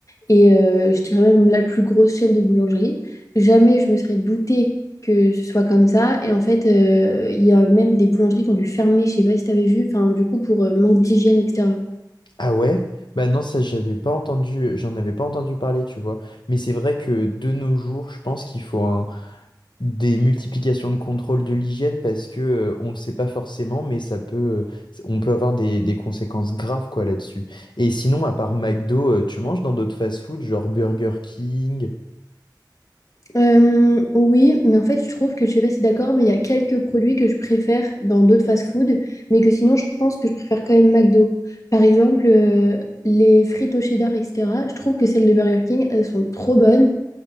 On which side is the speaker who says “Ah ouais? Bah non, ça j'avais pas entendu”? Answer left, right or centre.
Left